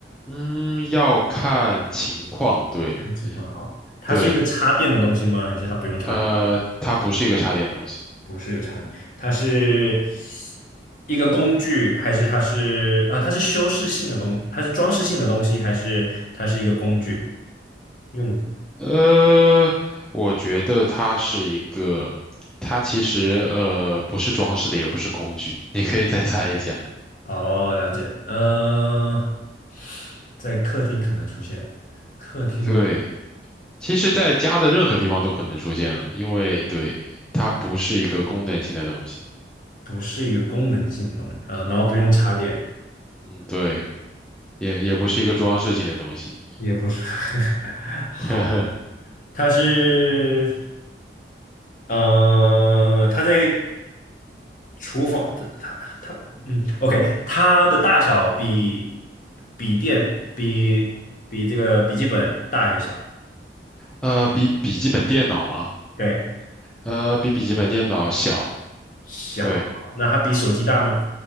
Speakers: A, in the centre; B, on the left (about 45°).
A: 嗯，要看情况，对，
B: 看情况好。它是一个插电的东西吗？
A: 对，
B: 还是它不用插电？
A: 呃，它不是一个插电东西。
B: 不是个插电，它是一个工具，还是它是啊？它是修饰性的东，它是装饰性的东西，还是它是一个工具用具？
A: 呃，我觉得它是一个，它其实呃不是装饰的，也不是工具，你可以再猜一下。
B: 哦，了解。呃，在客厅可能出现，客厅
A: 对，其实在家的任何地方都可能出现了，因为对，它不是一个功能性的东西。
B: 不是一个功能性的东西，呃，然后不用插电，
A: 嗯嗯，对，也也不是一个装饰性的东西。
B: 也不是，<laughs> 好，
A: <laughs> 呵呵，
B: 它是，呃，它在厨房，它它，嗯，OK，它的大小比笔电比比这个笔记本大还是小？
A: 呃，比笔记本电脑嘛，
B: 对，
A: 呃，比笔记本电脑小，
B: 小，
A: 对，
B: 那它比手机大吗？